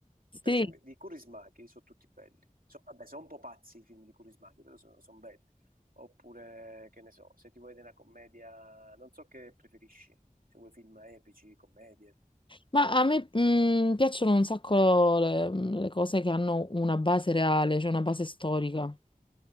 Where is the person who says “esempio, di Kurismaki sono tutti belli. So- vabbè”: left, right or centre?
Right